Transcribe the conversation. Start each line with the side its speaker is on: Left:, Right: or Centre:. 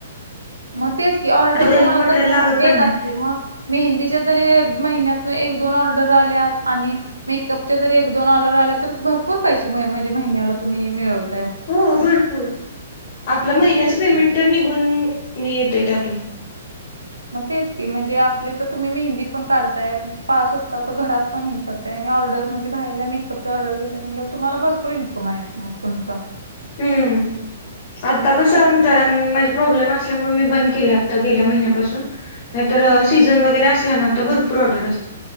Right: मग तेच की ऑर्डर
Left: आपल्याला
Right: तुम्हाला
Left: मटेरियल
Right: तशा
Left: लागत पण
Right: येत
Left: नाही.
Right: असतील मग? मेहंदीच्या जरी महिन्यातन एक दोन ऑर्डर आल्या आणि मेकअपच्या जर एक, दोन <inaudible> आलोर आल्या तर भरपूर पैसे म्हणजे महिन्याला तुम्ही मिळवत.
Left: हो भरपूर आपलं महिन्याच
Right: मग तेच
Left: पेमेंट
Right: की
Left: तर निघून येतय त्यातून.
Right: मग तेच की म्हणजे. आपले तर तुम्ही मेहंदी पण काढताय तुमच पा स्वतःच घरात पण हे करता आहेय ऑर्डर म्हणजे बारला मेकअप ऑर्डर घेतता <inaudible> म्ह तुम्हाला भरपूर इनकम आहे मग तुमच
Left: हम्म, आता कसं
Right: तसंच
Left: आ जरा. प्रॉब्लेम असल्यामुळे मी बंद केला आत्ता गेल्या महिन्यापासून नाहीतर
Right: हम्म
Left: सीजन वैगरे असं. <inaudible> भरपूर ऑर्डर असत